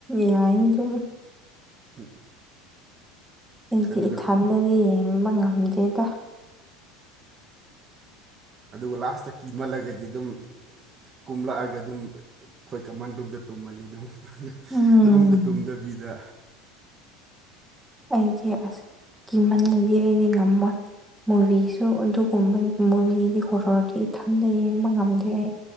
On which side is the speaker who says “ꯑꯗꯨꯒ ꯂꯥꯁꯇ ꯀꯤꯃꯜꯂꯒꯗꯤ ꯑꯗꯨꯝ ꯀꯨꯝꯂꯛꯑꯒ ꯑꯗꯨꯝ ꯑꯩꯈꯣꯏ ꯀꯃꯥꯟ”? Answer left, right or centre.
Right